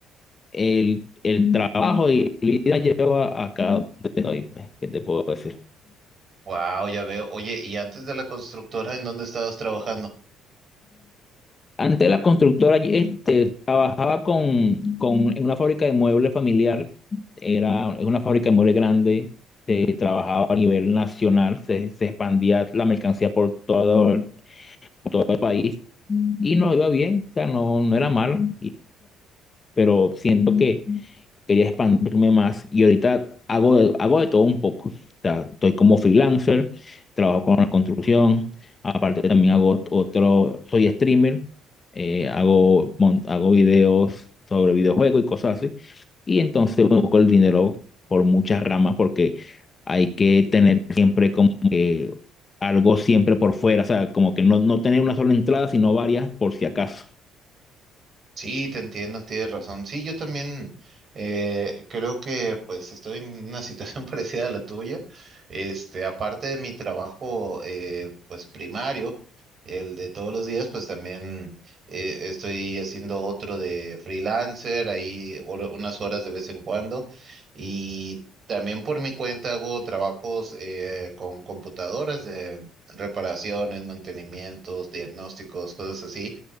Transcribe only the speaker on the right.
wow, ya veo. Oye, ¿y antes de la constructora, en dónde estabas trabajando?
Sí, te entiendo, tienes razón. Sí, yo también eh, creo que pues estoy en una situación <laughs> parecida a la tuya. Este, aparte de mi trabajo eh, pues primario, el de todos los días, pues también eh, estoy haciendo otro de freelancer, ahí hor- unas horas de vez en cuando. Y también por mi cuenta hago trabajos eh, con computadoras de reparaciones, mantenimientos, diagnósticos, cosas así.